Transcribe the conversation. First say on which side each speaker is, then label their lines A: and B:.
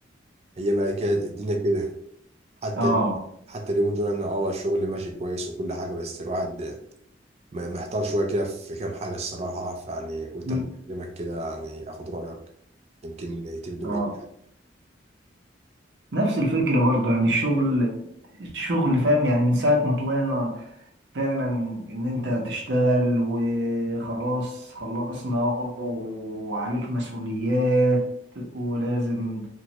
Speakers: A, on the right; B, on the right.
A: هي بقى كده الدنيا كده حتى
B: اه
A: ال- حتى اليومين دول أنا أه الشغل ماشي كويس وكل حاجة بس الواحد م- محتار شوية كده في كام حاجة الصراحة فيعني قلت
B: مم.
A: أما أكلمك كده يعني آخد رأيك يمكن تبدو
B: اه
A: بأي
B: نفس الفكرة برضو يعني الشغل الشغل فاهم يعني من ساعة ما طلعنا فعلا ان انت تشتغل وخلاص خلصنا وعليك مسؤوليات ولازم